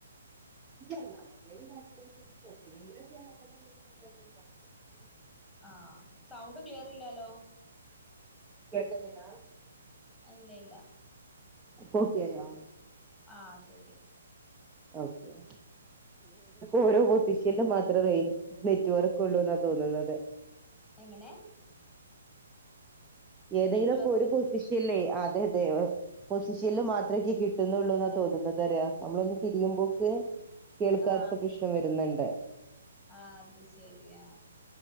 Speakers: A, on the right (about 15°); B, in the centre.
A: <unintelligible>
B: ആഹ് സൗണ്ട് ക്ലിയർ ഇല്ലാലോ
A: കേൾക്കുന്നില്ല
B: ഇല്ല ഇല്ല
A: ഇപ്പോക്കിയായാ?
B: ആഹ് ശരി
A: ഒക്കെ ഓരോ പൊസിഷനും മാത്രേ റെയിജ് നെറ്റ്വർക്ക് ഉള്ളൂ എന്നാ തോന്നുന്നത്
B: എങ്ങനെ?
A: ഏതെങ്കിലും
B: നെറ്റ്വർക്ക്
A: ഒക്കെ ഒരു പൊസിഷ ല്ലേ അതെ അതെ പൊസിഷനൽ മാത്രമേക്ക്
B: ആ
A: കിട്ടും ള്ളൂ എന്നാ തോന്നുന്നുന്നത് ന്താറിയോ നമ്മളൊന്ന് തിരിയുമ്പോക്ക് കേൾക്കാത്ത
B: ആ
A: പ്രശ്നം വരുന്നുണ്ട്
B: ആ അത് ശെരിയാ